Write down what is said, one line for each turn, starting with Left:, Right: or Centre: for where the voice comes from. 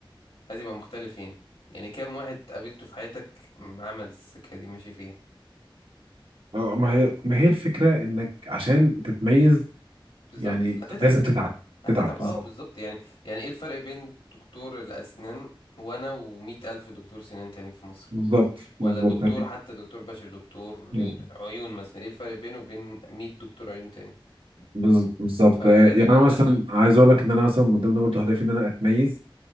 Left: عايز يبقى مختلف يعني يعني كام واحد قابلته في حياتك م- عمل السكة دي ماشي فيها
Right: <laughs> اه ما هي ما هي الفكرة انك عشان تتميز
Left: بالظبط
Right: يعني
Left: هتتعب
Right: لازم تتعب
Left: هتتعب
Right: تتعب بالظبط
Left: اه بالظبط يعني يعني ايه الفرق بين دكتور الأسنان وانا ومية ألف دكتور سنان تاني في مصر
Right: بالظبط بالظبط
Left: ولا دكتور حتى دكتور بشري دكتور
Right: <laughs>
Left: عيون مثلا ايه الفرق بينه وبين مية دكتور عيون تاني
Right: بز- بالظبط
Left: فلازم
Right: آه، يعني انا مثلا عايز اقول لك ان انا مثلا من ضمن برضه هدفي ان انا اتميز